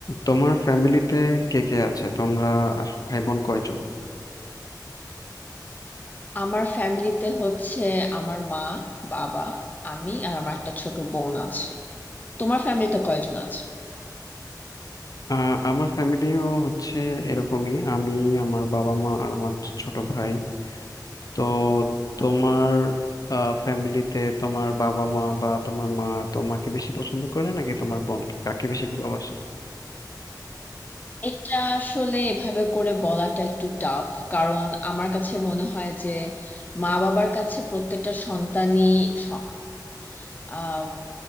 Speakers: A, on the left; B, on the left.
A: তোমার ফ্যামিলিতে কে কে আছে তোমরা আস- ভাই বোন কয়জন
B: আমার ফ্যামিলিতে হচ্ছে আমার মা বাবা আমি আর আমার একটা ছোট বোন আছে তোমার ফ্যামিলিতে কয়জন আছে
A: আহ, আমার ফ্যামিলিও হচ্ছে এরকমই আমি আমার বাবা মা আর আমার ছোট ভাই তো তোমার ফ্যামিলিতে তোমার বাবা মা বা তোমার মা তোমাকে বেশি পছন্দ করে নাকি তোমার বোনকে কাকে বেশি ভালোবাসে
B: এটা আসলে এভাবে করে বলাটা একটু টাফ কারণ আমার কাছে মনে হয় যে মা বাবার কাছে প্রত্যেকটা সন্তানই সমান আম,